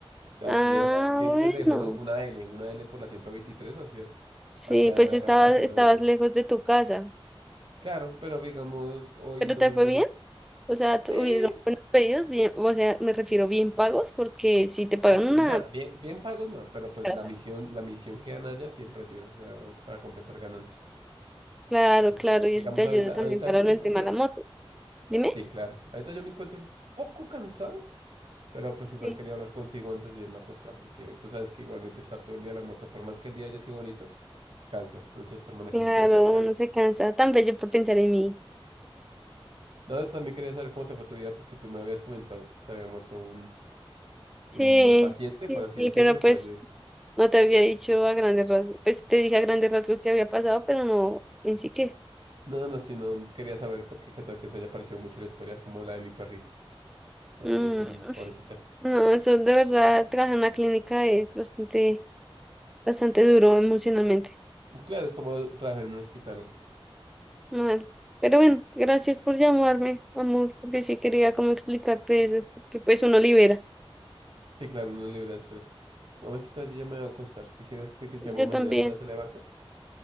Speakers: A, on the right; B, in the centre.
A: O sea,
B: Ah,
A: si siempre, siempre
B: bueno,
A: les dejo, ¿no? Una L, una L por la 123 así.
B: sí,
A: hacia,
B: pues estabas,
A: hacia
B: estabas
A: el oriente.
B: lejos de tu casa,
A: Claro, pero digamos, hoy
B: pero
A: domingo
B: te fue bien.
A: no. Sí,
B: O sea, tuvieron
A: eh,
B: buenos pedidos, bien, o sea, me refiero bien pagos, porque si te pagan
A: eh, p-
B: una
A: nada, bien, bien pagos no, pero pues
B: casa.
A: la misión, la misión que dan allá siempre ayuda, o sea, para completar ganancias.
B: Claro,
A: Entonces,
B: claro, y
A: Digamos,
B: eso te ayuda
A: ahorita,
B: también
A: ahorita
B: para
A: yo me
B: lo del
A: encuentro,
B: tema de la moto. Dime.
A: sí, claro, ahorita yo me encuentro un poco cansado, pero pues igual
B: Sí.
A: quería hablar contigo antes de irme a acostar, porque tú sabes que igualmente estar todo el día en la moto, por más que el día haya sido bonito, cansa, eso de estar manejando
B: Claro,
A: todo el día cansa.
B: uno se cansa. Tan bello por pensar en mí.
A: No, yo también quería saber cómo te fue tu día, porque tú me habías comentado que se te había muerto un,
B: Sí,
A: un paciente,
B: sí,
A: por así
B: sí,
A: decirlo.
B: pero
A: Entonces
B: pues
A: yo dije,
B: no te había dicho a grandes rasgos. Pues te dije a grandes rasgos que había pasado, pero no en sí que.
A: no, no, si no quería saber por qué, qué tal que se haya parecido mucho la historia como la de mi perrito. Entonces
B: Mm,
A: yo dije, "Mm, pobrecita.
B: no, eso de verdad, trabajar en una clínica es bastante, bastante duro emocionalmente.
A: Claro, es como trabajar en un hospital. ¿no?
B: Mal. Pero bueno, gracias por llamarme, amor, porque sí quería como explicarte eso, porque pues uno libera.
A: Sí, claro, uno libre de estrés. Un momento, entonces yo ya me voy a acostar. Si quieres, te llamo
B: Yo
A: mañana
B: también.
A: apenas te levantas.